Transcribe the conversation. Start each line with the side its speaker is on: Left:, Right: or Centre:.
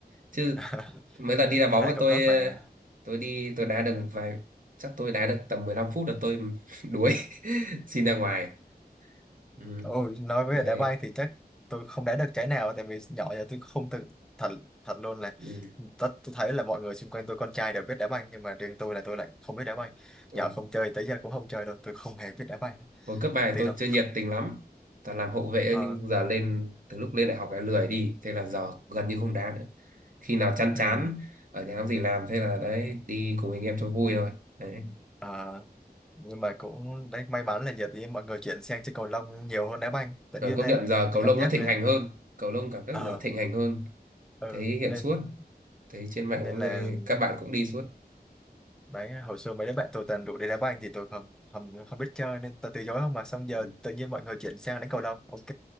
Right: chứ
Centre: <laughs>
Right: mấy lần đi đá bóng
Centre: với lại
Right: ấy
Centre: cũng
Right: tôi
Centre: tốt mà
Right: ờ, tôi đi tôi đá được vài chắc tôi đá được tầm 15 phút là tôi <laughs> đuối <laughs> xin ra ngoài ừ.
Centre: Ôi, nói về
Right: đấy
Centre: đá banh thì chắc tôi không đá được trái nào tại vì nhỏ giờ tôi không từng thật thật luôn là
Right: ừ.
Centre: tất tôi thấy là mọi người xung quanh tôi con trai đều biết đá banh nhưng mà riêng tôi là tôi lại không biết đá banh
Right: Ôi,
Centre: nhỏ không chơi tới giờ cũng không chơi đâu tôi không hề biết đá banh
Right: Hồi cấp 3 thì
Centre: tí
Right: tôi
Centre: đâu
Right: chơi nhiệt tình lắm. Toàn làm hậu vệ thôi,
Centre: ờ,
Right: nhưng giờ lên từ lúc lên đại học em lười đi, thế là giờ gần như không đá nữa. Khi nào chán
Centre: ừ,
Right: chán ở nhà không gì làm thế là đấy đi cùng anh em cho vui thôi. Đấy.
Centre: ờ, nhưng mà cũng đấy may mắn là giờ thì mọi người chuyển sang chơi cầu lông nhiều hơn đá banh tự
Right: Rồi
Centre: nhiên
Right: công
Centre: thế
Right: nhận giờ cầu
Centre: tôi cảm
Right: lông
Centre: giác
Right: nó thịnh
Centre: là
Right: hành hơn, cầu lông cảm giác
Centre: ờ
Right: giờ thịnh hành hơn,
Centre: ừ,
Right: thấy hiện
Centre: nên
Right: suốt, thấy trên mạng
Centre: nên
Right: cũng
Centre: là
Right: thấy các bạn cũng đi suốt.
Centre: Đấy, hồi xưa mấy đứa bạn tôi toàn rủ đi đá banh thì tôi không không không biết chơi nên tôi từ chối không mà xong giờ
Right: Ừ.
Centre: tự nhiên mọi người chuyển sang đánh cầu lông ok